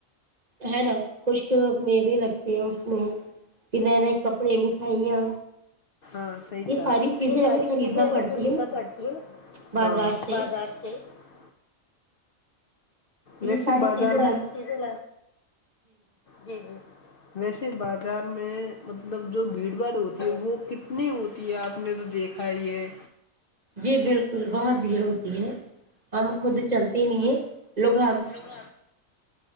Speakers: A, on the right; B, on the left.
A: ہے نا خشک میوے لگتے ہیں اس میں کہ نئے نئے کپڑے مٹھائیاں
B: ی
A: یہ ساری چیزیں
B: یہ ساری
A: ہمیں خریدنا
B: چیزیں ہمیں
A: پڑتی
B: خریدنا
A: ہے نا
B: پڑتی ہے نا
A: بازار سے
B: بازار سے <unintelligible>
A: یہ
B: ویسیے
A: ساری
B: بازار
A: چیزیں لا
B: میں ج جی <unintelligible> ویسے بازار میں مطلب جو بھیڑ باڑ ہوتی ہے وہ کتنی ہوتی ہے آپ نے تو دیکھا ہی یہ
A: جی بالکل بہت بھیڑ ہوتی ہے ہم خود چلتے نہیں ہیں لوگوں
B: گ